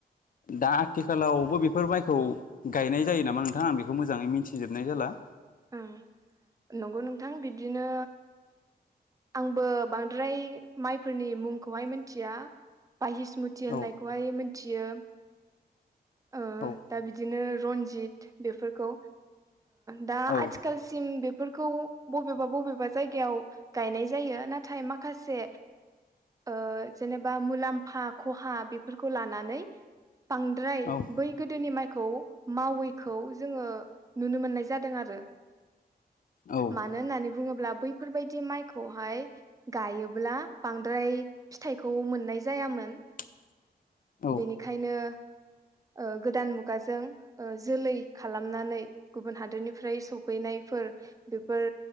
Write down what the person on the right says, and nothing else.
ओं नंगौ नोंथां बिदिनो आंबो बांद्राय माइफोरनि मुंखौहाय मिथिया बाहिसमुथि होननायखौहाय
मिथियो ओ
दा बिदिनो रनजित बेफोरखौ दा
आथिखालसिम बेफोरखौ बबेबा-बबेबा जायगायाव गायनाय जायो नाथाय माखासे ओ जेनेबा मुलाम्फा खहा बेफोरखौ लानानै बांद्राय
बै गोदोनि माइखौ मावै खौ जोङो नुनो मोननाय जादों आरो
मानो होननानै बुङोब्ला बैफोरबायदि माइ खौहाय गायोब्ला बांद्राय फिथाइखौ मोननाय जायामोन
बेनिखायनो
ओ गोदान मुगाजों ओ जोलै खालामनानै गुबुन हादोरनिफ्राय सफैनाय फोर बेफोर